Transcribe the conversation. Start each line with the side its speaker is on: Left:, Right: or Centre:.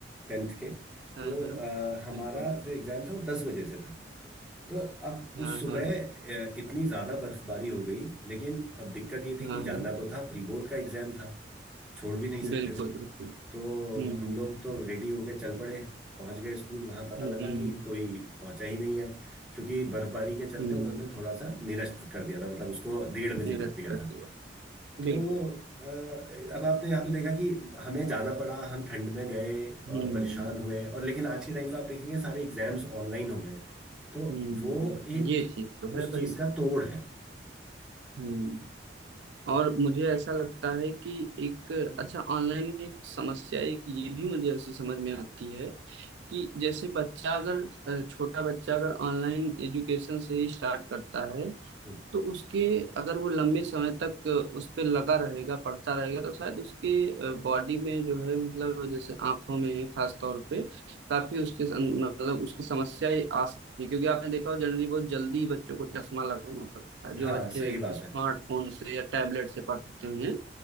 Centre: टेंथ के
Right: हाँ,
Centre: तो
Right: हाँ।
Centre: अ, हमारा
Right: बिल्कुल।
Centre: जो एग्ज़ाम था वो दस बजे से था तो अब
Right: हाँ,
Centre: उस सुबह
Right: हाँ।
Centre: अ, इतनी ज़्यादा बर्फबारी हो गई लेकिन अब दिक्कत ये थी
Right: हाँ,
Centre: कि जाना
Right: हाँ।
Centre: तो था प्री बोर्ड का एग्ज़ाम था छोड़ भी नहीं सकते
Right: बिल्कुल,
Centre: थे
Right: बिल्कुल।
Centre: तो
Right: हुँ,
Centre: हम लोग तो रेडी होके चल पड़े पहुंच गए स्कूल वहां पता
Right: हुँ,
Centre: लगा कि कोई पहुंचा ही नहीं है क्योंकि बर्फबारी के चलते
Right: हुँ।
Centre: उन्होंने थोड़ा सा निरस्त कर दिया था मतलब उसको डेढ़ बजे
Right: रिस्पेक्ट
Centre: कर दिया था
Right: की बात।
Centre: तो
Right: बिल्कुल।
Centre: अ, अब आपने यहाँ पे देखा कि हमें जाना पड़ा हम ठंड में गए और
Right: हुँ,
Centre: परेशान हुए और लेकिन आज के टाइम पे आप देखेंगे सारे एग्जाम्स ऑनलाइन हो गए तो
Right: हुँ।
Centre: वो एक
Right: ये चीज़ तो
Centre: उस
Right: है
Centre: चीज
Right: भाई।
Centre: का तोड़ है
Right: हुँ। और मुझे ऐसा लगता है कि एक अच्छा ऑनलाइन में एक समस्या एक ये भी मुझे ऐसी समझ में आती है कि जैसे बच्चा अगर अ, छोटा बच्चा अगर ऑनलाइन एजुकेशन से ही स्टार्ट करता है
Centre: हम्म।
Right: तो उसके अगर वो लंबे समय तक उस पे लगा रहेगा पड़ता रहेगा तो शायद उसके बॉडी में जो है मतलब जैसे आंखों में खास तौर पे काफी उसके अं- मतलब उसकी समस्या ये आ सकती है क्योंकि आपने देखा हो जनरली बहुत जल्दी बच्चों को चश्मा लगाना पड़ता है जो
Centre: हाँ
Right: बच्चे
Centre: सही बात
Right: स्मार्टफोन
Centre: है
Right: से या टैबलेट से पढ़ते हैं